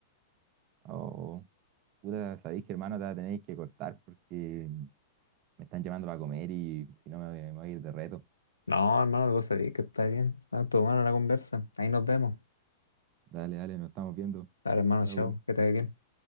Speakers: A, on the right; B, on the left.
A: O, puta, sabéis que hermano, te va a tener que cortar porque me están llamando para comer y si no me, voy me voy a ir de reto.
B: No, hermano, vos sabés que está bien. Ah, tomaron la conversa. Ahí nos vemos.
A: Dale, dale, nos estamos viendo.
B: Dale, hermano,
A: Chau.
B: chao, que te vaya bien.